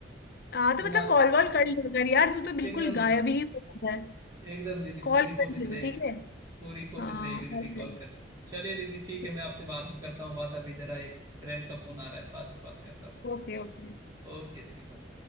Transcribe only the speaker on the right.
तो
मैं आ-
एकदम
दीदी
एकदम दीदी
पूरी
कोशिश
रहेगी
पूरी कोशिश
रहेगी दीदी
कॉल करने चलिए दीदी ठीक
है मैं आपसे बाद में करता हूँ बात अभी जरा एक फ्रेंड का फोन आ रहा है बाद में बात करता हूँ आपसे
ओके दीदी bye।